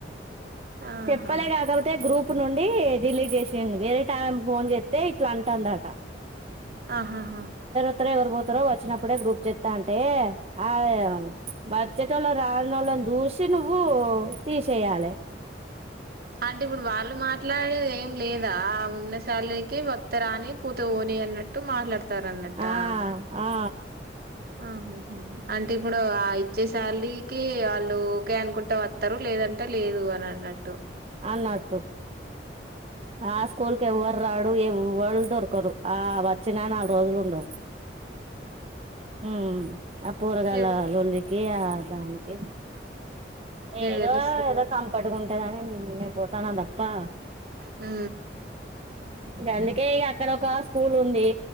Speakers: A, on the right; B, on the right.
A: ఆహా
B: చెప్పలే కాకపోతే గ్రూప్ గ్రూప్ నుండి డిలీట్ చేసింది వేరే టైమంకి ఫోన్ చేస్తే ఇట్లా అంటందట
A: ఆహాహా
B: ఎవరు పోతారో వచ్చినప్పుడే గ్రూప్ చెస్తా అంటే ఆ వచ్చేటోలు రాన్నోళ జుసి నువ్వు తీసేయాలే
A: అంటే ఇప్పుడు వాళ్ళు మాట్లాడేది ఏం లేదా ఉన్న సాలరీకి వత్తరాని పూ తోని అన్నట్టు మాట్లాడతారన్నటా
B: ఆ ఆ
A: ఆహహ అంటే ఇప్పుడు ఆ ఇచ్చేశాలారికి వాళ్ళు ఓకే అనుకుంటా వత్తరు లేదా టే లేదు అని అన్నట్టు
B: అన్నట్టు ఆ స్కూల్ కి ఎవ్వరు రా డు ఎవళ దొరకరు ఆ వచ్చిన నాలుగు రోజులు ఉండరు. మ్ ఆ పోరగాల
A: ఇగ
B: లోల్లి ఏ ఆ దానికి ఏదో
A: తెలుస్తది
B: ఏదో
A: కదా.
B: చంపట్కు ఇక్కడనేని మేం పోతానా ప్పా
A: ఆ
B: గందుకే ఇగ అక్కడ ఒక స్కూల్ ఉంది